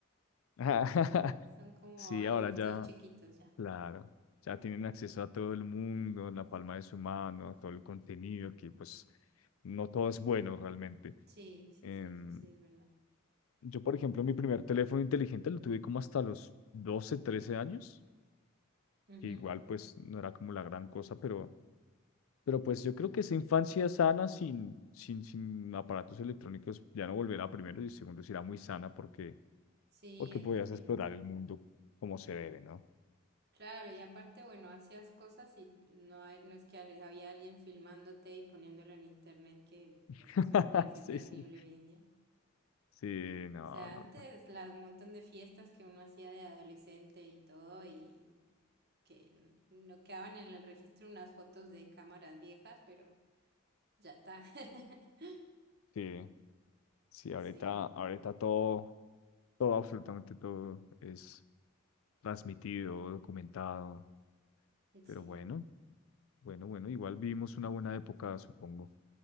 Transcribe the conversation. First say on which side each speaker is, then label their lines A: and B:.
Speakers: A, on the left (about 80°); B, on the right (about 50°).
A: <laughs>
B: Son como
A: sí,
B: adultos
A: ahora ya.
B: chiquitos ya.
A: Claro, ya tienen acceso a todo el mundo, en la palma de su mano, a todo el contenido, que pues no todo es bueno realmente.
B: Sí, sí,
A: Em,
B: sí, eso sí es verdad.
A: yo, por ejemplo, mi primer teléfono inteligente lo tuve como hasta los 12, 13 años,
B: Ujú.
A: que igual pues no era como la gran cosa, pero, pero pues yo creo que esa infancia sana sin, sin, sin aparatos electrónicos ya no volverá primero y segundo será muy sana porque,
B: Sí,
A: porque
B: en
A: podías
B: definitiva.
A: explorar el mundo como se debe, ¿no?
B: Claro, y aparte, bueno, hacías cosas y no, hay- no es que haya- había alguien filmándote y poniéndolo en internet, que
A: <laughs>
B: pues eso me parece
A: Sí,
B: terrible
A: sí.
B: hoy en día.
A: Sí, no,
B: O sea,
A: no.
B: antes
A: no.
B: la montón de fiestas que uno hacía de adolescente y todo, y que n- no quedaban en el registro unas fotos de cámaras viejas, pero ya está. <laughs>
A: Sí, sí, ahorita,
B: Sí,
A: ahorita todo, todo, absolutamente todo es transmitido, documentado,
B: sí,
A: pero bueno, bueno, bueno, igual vivimos una buena época, supongo.